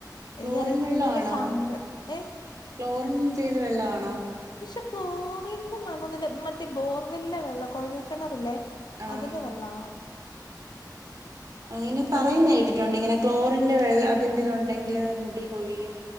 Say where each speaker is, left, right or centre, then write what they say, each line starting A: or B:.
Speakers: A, on the right; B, on the left.
A: ക്ലോറിൻ
B: എനിക്കറിയത്തില്ല
A: വെള്ള
B: എനിക്കങ്ങ്
A: ആണോ?
B: സങ്ക ഏഹ്
A: ക്ലോറിൻ ചെയ്ത് വെള്ള ആണോ?
B: പക്ഷെ ക്ലോറിന്റെ മണന്നില മറ്റേ ബോർവെലിലെ വെള്ള കുഴൽ കിണറല്ലേ?
A: ആഹ്
B: അതിലേ വെള്ളവാ.
A: അങ്ങനെ പറയുന്ന
B: അത്
A: കേട്ടിട്ടുണ്ട്. ഇങ്ങനെ ക്ലോറിന്റെ വെള്ള അതിറ ഇതുണ്ടെങ്കില് മുടി കൊൊഴിയും.